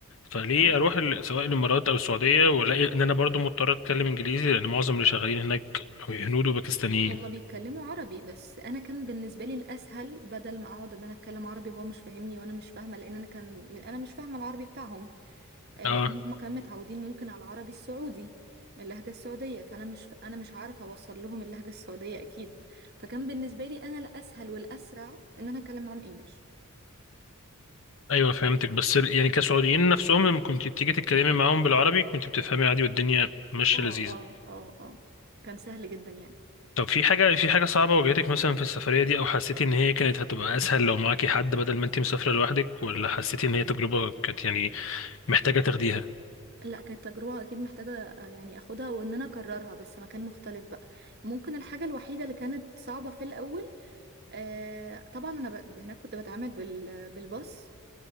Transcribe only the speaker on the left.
فليه
اروح ال- سواء الامارات او السعوديه والاقي ان انا برضو مضطر اتكلم انجليزي لان معظم اللي شغالين هناك هنود وباكستانيين
اه
ايوه فهمتك بس ال- يعني كسعوديين نفسهم لما كنت بتيجي تتكلمي معاهم بالعربي كنت بتفهمي عادي والدنيا ماشيه
لذيذه
طب في حاجه في حاجه صعبه واجهتك مثلا في السفريه دي او حسيتي ان هي كانت هتبقى اسهل لو معاكي حد بدل ما انت مسافره لوحدك ولا حسيتي ان هي تجربه كانت يعني محتاجه تاخديها